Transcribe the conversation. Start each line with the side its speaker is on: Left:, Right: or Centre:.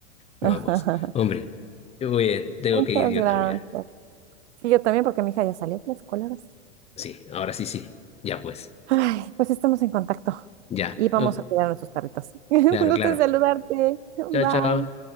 Left: no,
Right: <laughs>
Left: pues, hombre, yo voy, eh, tengo
Right: Muchas
Left: que ir yo
Right: gracias.
Left: también.
Right: Sí, yo también, porque mi hija ya salió de la escuela ahora sí.
Left: Sí, ahora sí, sí, ya pues,
Right: Ay, pues estamos en contacto
Left: ya.
Right: y vamos
Left: Ok,
Right: a cuidar a nuestros perritos. <laughs> Un
Left: Claro,
Right: gusto
Left: claro.
Right: en saludarte. Bye.
Left: Chao, chao.